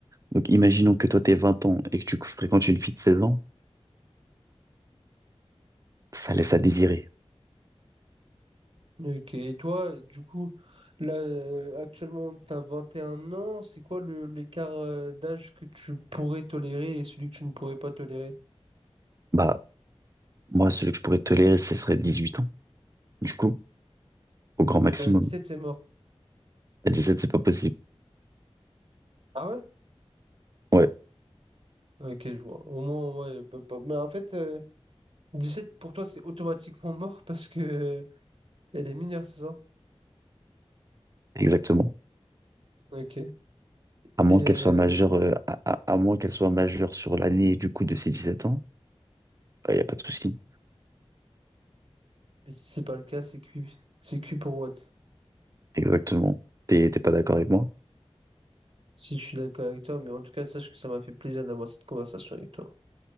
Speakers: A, on the right; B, on the right.
A: Donc, imaginons que toi, t'es 20 ans et que tu fréquentes une fille de 16 ans, ça laisse à désirer.
B: Ok, et toi, du coup, là, euh, actuellement, tu as 21 ans, c'est quoi le, l'écart euh, d'âge que tu pourrais tolérer et celui que tu ne pourrais pas tolérer?
A: Bah, moi, celui que je pourrais tolérer, ce serait 18 ans, du coup, au grand maximum.
B: Euh, 17, c'est mort.
A: À 17 c'est pas possible.
B: Ah ouais?
A: Ouais,
B: Ok, je vois. Au moins, ouais. pas- pas- Mais en fait, euh, 17, pour toi, c'est automatiquement mort <laughs> parce que euh, elle est mineure, c'est ça?
A: exactement.
B: Ok. Et,
A: À moins
B: euh,
A: qu'elle soit majeure, euh, à, à- à moins qu'elle soit majeure sur l'année, du coup, de ses 17 ans, il n'y a pas de souci.
B: et si c'est pas le cas, c'est cuit. C'est cuit pour what?
A: Exactement. T'es t'es pas d'accord avec moi?
B: Si je suis d'accord avec toi, mais en tout cas, sache que ça m'a fait plaisir d'avoir cette conversation avec toi.